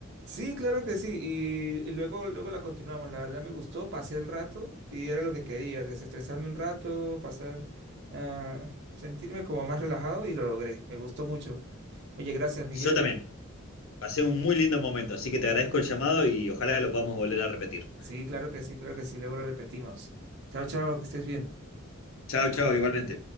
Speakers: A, on the right; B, on the left.
A: Sí, claro que sí. Y, y luego, luego la continuamos. La verdad me gustó, pasé el rato y era lo que quería, desestresarme un rato, pasar, ah, sentirme como más relajado y lo logré. Me gustó mucho. Oye, gracias, Miguel.
B: Yo también. Pasé un muy lindo momento, así que te agradezco el llamado y ojalá que lo podamos volver a repetir.
A: Sí, claro que sí, claro que sí. Luego lo repetimos. Chao, chao, que estés bien.
B: Chao, chao, igualmente.